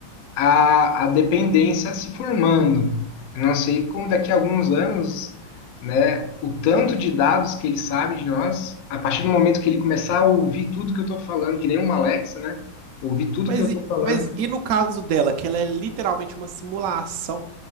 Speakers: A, on the left (about 65°); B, on the right (about 85°).
A: a, a dependência se formando. Eu não sei como daqui a alguns anos, né, o tanto de dados que ele sabe de nós, a partir do momento que ele começar a ouvir tudo que eu estou falando, que nem uma Alexa, né? Ouvir tudo
B: Mas,
A: que eu estou
B: e-
A: falando.
B: mas e no caso dela, que ela é literalmente uma simulação